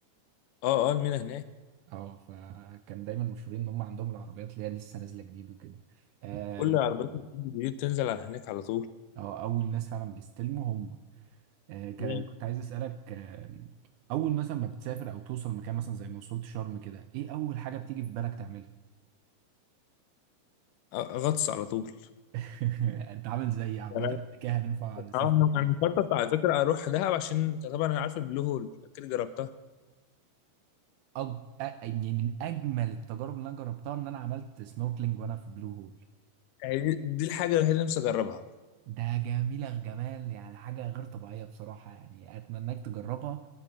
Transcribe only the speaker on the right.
اه فكان دايما مشهورين ان هم عندهم العربيات اللي هي لسه نازله جديد وكده اه
آه، اول ناس فعلا بيستلموا هم آه كان-
كنت عايز اسالك آه اول مثلا ما بتسافر او توصل مكان مثلا زي ما وصلت شرم كده ايه اول حاجه بتيجي في بالك تعملها
<laughs> انت عامل زيي عامه
إحنا كده هننفع
نسافر
مع
بعض.
أج... أ- يعني من اجمل التجارب اللي انا جربتها ان انا عملت سنوركلينج وانا في بلو هول
ده جميلة جمال يعني حاجة غير طبيعية بصراحة يعني أتمناك تجربها